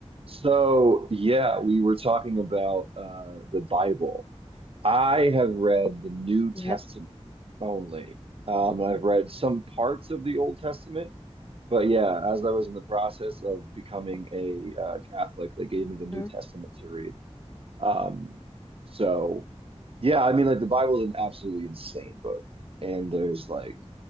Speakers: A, on the right; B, on the left.
A: So, yeah, we were talking about uh, the Bible. I have read the New Testament
B: Yep.
A: only. Um, and I've read some parts of the Old Testament, but yeah, as I was in the process of becoming a uh, Catholic, they gave me the New
B: Mhm.
A: Testament
B: <laughs>
A: to read. Um, so, yeah, I mean, like the Bible is an absolutely insane book, and there's like